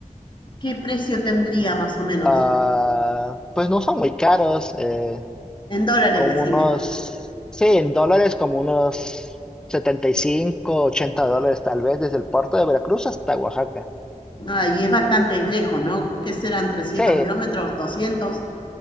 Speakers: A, on the left; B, in the centre.
A: ¿qué precio tendría más o menos?
B: Ah, pues no son muy caros, eh,
A: En dólares,
B: como
A: decime.
B: unos, sí, en dólares como unos 75 80 dólares tal vez desde el puerto de Veracruz hasta Oaxaca.
A: Ah, y es bastante lejos, ¿no? ¿Qué serán? trescientos
B: Sí,
A: kilómetros? doscientos?